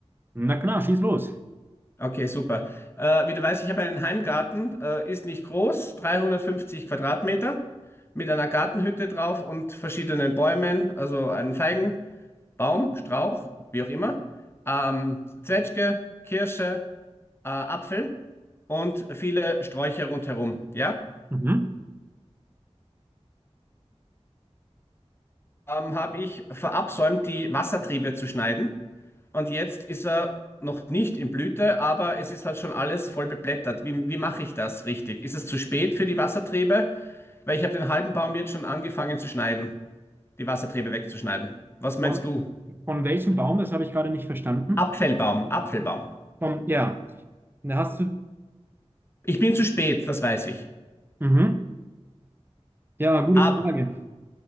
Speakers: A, on the right (about 20°); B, on the left (about 20°).
A: Na klar, schieß los.
B: Okay, super. Äh, wie du weißt, ich habe einen Heimgarten, äh, ist nicht groß, 350 Quadratmeter, mit einer Gartenhütte drauf und verschiedenen Bäumen, also einen Feigenbaum, Strauch, wie auch immer, ähm, Zwetschge, Kirsche, äh, Apfel und viele Sträucher rundherum. Ja,
A: Mhm.
B: ähm, habe ich verabsäumt, die Wassertriebe zu schneiden und jetzt ist er noch nicht in Blüte, aber es ist halt schon alles voll beblättert. Wie, wie mache ich das richtig? Ist es zu spät für die Wassertriebe? Weil ich habe den halben Baum jetzt schon angefangen zu schneiden, die Wassertriebe wegzuschneiden. Was
A: Von,
B: meinst du?
A: von welchem Baum? Das habe ich gerade nicht verstanden.
B: Apfelbaum, Apfelbaum.
A: Vom, ja, da hast du.
B: Ich bin zu spät, das weiß ich.
A: Mhm. Ja, gute
B: Aber
A: Frage.